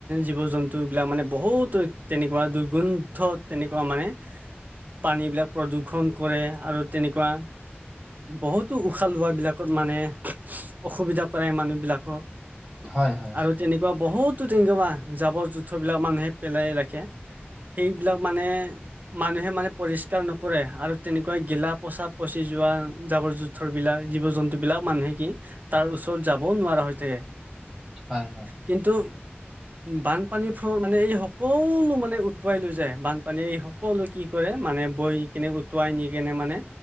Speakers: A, on the right; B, in the centre.
A: জীৱ জন্তুবিলাক মানে বহুত তেনেকুৱা দুৰ্গন্ধ তেনেকুৱা মানে পানী বিলাক প্ৰদূষণ কৰে আৰু তেনেকুৱা বহুতো উশাহ লোৱা বিলাকত মানে অসুবিধা- কৰে মানুহ বিলাকক।
B: হয় হয়
A: আৰু তেনেকুৱা বহুত- <unintelligible> জাবৰ-জোঁথৰবিলাক মানুহে পেলাই ৰাখে। সেইবিলাক মানে- মানুহে মানে পৰিষ্কাৰ নকৰে। আৰু তেনেকুৱা গেলা-পচা পচি যোৱা, জাবৰ-জো - থৰ বিলাক জীৱ-জন্তু বিলাক মানুহে কি, তাৰ ওচৰত যাবও নোৱাৰা হৈ থাকে।
B: হয় হয়।
A: কিন্তু বানপানী ফল মানে এই সকলো মানে উটুৱাই লৈ যায়। বানপানীয়ে এই স সকলো কি কৰে, মানে বৈ কেনে উটুৱাই নি কিনে মানে